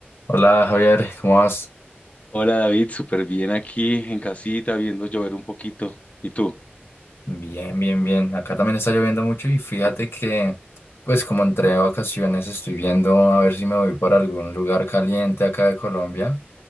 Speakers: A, on the left (about 75°); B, on the left (about 35°).
A: Hola Javier, ¿cómo vas?
B: Hola David, súper bien aquí en casita, viendo llover un poquito. ¿Y tú?
A: Bien, bien, bien. Acá también está lloviendo mucho y fíjate que, pues como entré de vacaciones, estoy viendo a ver si me voy para algún lugar caliente acá de Colombia.